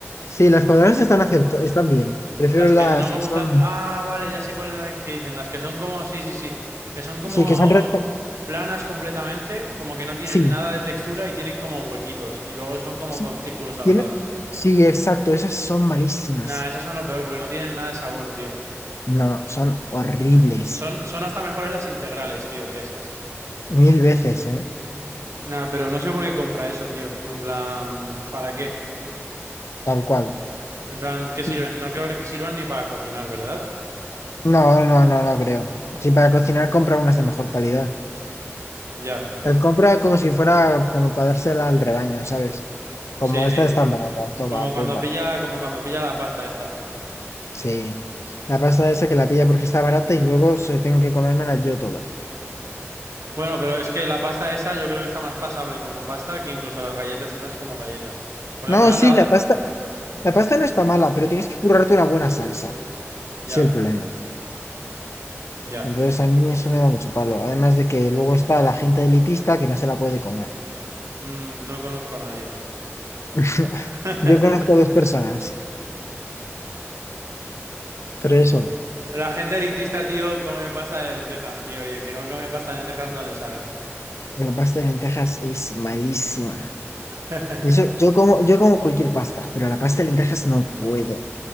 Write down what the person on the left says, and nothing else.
Sí, las cuadradas están acepta- están bien. Prefiero
las
que
son.
Sí, que son recta.
Sí,
sí,
tiene.
Sí, exacto, esas son malísimas.
No, son horribles.
Mil veces, ¿eh?
Tal cual.
Sí.
No, no, no, no creo. Sí, para cocinar compra unas de mejor calidad.
Las compra como si fuera como para dársela al rebaño, ¿sabes? Como
esta
es tan barata, toda
pumba.
Sí. La pasta esa que la pilla porque está barata y luego se tengo que comérmela yo toda.
No,
sí,
la pasta, la pasta no está mala, pero tienes que currarte una buena salsa.
Ese Es el problema.
Entonces a mí eso me da mucho palo. Además de que luego está la gente elitista que no se la puede comer.
<laughs>
Yo conozco dos personas, pero eso,
la pasta de lentejas es malísima.
Y Eso, yo como, yo como cualquier pasta, pero la pasta de lentejas no puedo.